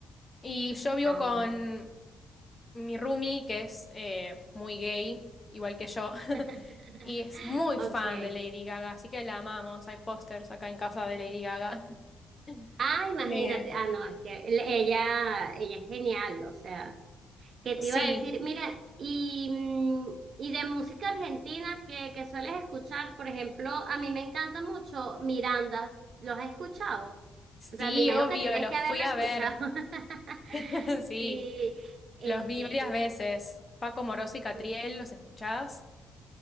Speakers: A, on the left (about 25°); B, on the right (about 55°).
A: Y yo vivo
B: Ah,
A: con mi roomie, que es eh, muy gay, igual que yo, <laughs>
B: <laughs>
A: y es muy fan
B: ok.
A: de Lady Gaga, así que la amamos. Hay pósters acá en casa de Lady Gaga. <laughs>
B: Ah, imagínate,
A: Eh,
B: ah, no, es que el- ella, ella es genial, o sea, ¿qué te
A: sí.
B: iba a decir? Mira, y, mm, y de música argentina que, que sueles escuchar, por ejemplo, a mí me encanta mucho Miranda, ¿los has escuchado?
A: Sí,
B: O sea, me imagino
A: obvio,
B: que tienes
A: los
B: que haberlo
A: fui a
B: escuchado.
A: ver.
B: <laughs>
A: <laughs> Sí,
B: Sí, este,
A: los vi varias
B: mi,
A: veces. Paco Moroso
B: mi-
A: y Catriel, ¿los escuchás?